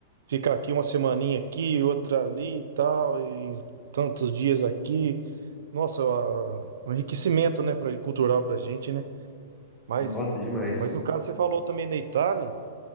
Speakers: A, on the right; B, in the centre.
A: fica aqui uma semaninha aqui, outra ali e tal, e tantos dias aqui. Nossa, ah, um enriquecimento, né, pra, cultural pra gente, né? Mas,
B: Nossa, é demais.
A: mas no caso você falou também da Itália